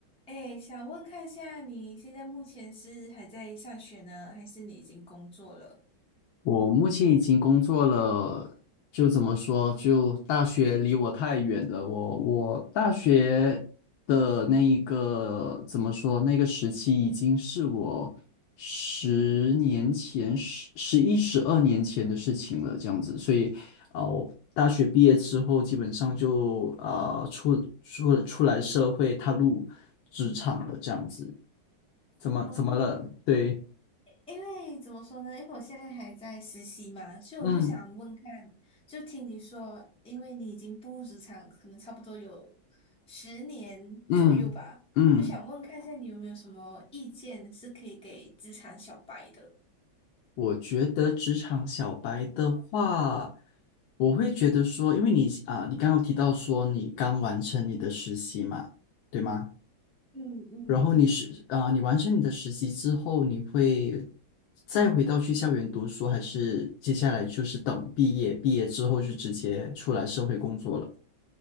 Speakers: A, in the centre; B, on the left (about 75°).
A: 哎，想问看下，你现在目前是还在上学呢，还是你已经工作了？
B: 我目前已经工作了，就怎么说，就大学离我太远了。我我大学的那一个怎么说，那个时期已经是我十年前、十十一、十二年前的事情了，这样子。所以，啊、我大学毕业之后，基本上就啊、出出出来社会，踏入职场了，这样子。怎么怎么了？
A: 哦，
B: 对，
A: 因为怎么说呢？因为我现在还在实习嘛，所以我就想问看，
B: 嗯
A: 就听你说，因为你已经步入职场，可能差不多有十年左右吧，
B: 嗯。嗯
A: 就想问看一下你有没有什么意见是可以给职场小白的？
B: 我觉得职场小白的话，我会觉得说，因为你啊、你刚刚有提到说你刚完成你的实习嘛，对吗？
A: 嗯嗯，
B: 然后你是啊、
A: 对，
B: 你完成你的实习之后，你会再回到去校园读书，还是接下来就是等毕业，毕业之后就直接出来社会工作了？